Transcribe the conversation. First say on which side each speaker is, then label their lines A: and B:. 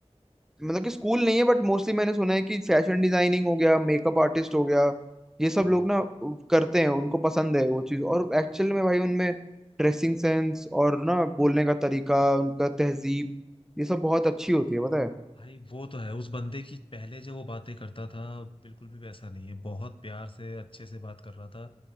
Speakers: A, in the centre; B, on the left.
A: मतलब कि स्कूल नहीं है बट मोस्टली मैंने सुना है कि फैशन डिजाइनिंग हो गया मेकअप आर्टिस्ट हो गया ये सब
B: हाँ
A: लोग ना करते हैं उनको पसंद है वो चीज़ और एक्चुअल में भाई उनमें ड्रेसिंग सेंस और ना बोलने का तरीका उनका तहजीब ये सब बहुत अच्छी होती है पता है
B: भाई वो तो है उस बंदे की पहले जो वो बातें करता था बिल्कुल भी वैसा नहीं है बहुत प्यार से अच्छे से बात कर रहा था